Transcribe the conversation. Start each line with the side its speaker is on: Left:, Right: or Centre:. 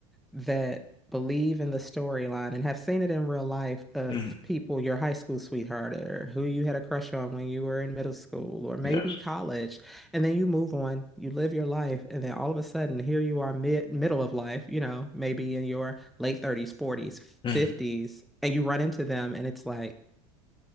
Centre: that believe in the storyline and have seen it in real life of
Left: Mhm.
Centre: people, your high school sweetheart or who you had a crush on when you were in middle school or maybe
Left: Yes.
Centre: college. And then you move on, you live your life, and then all of a sudden here you are mid middle of life, you know, maybe in your late 30s, 40s,
Left: Mhm.
Centre: 50s, and you run into them and it's like,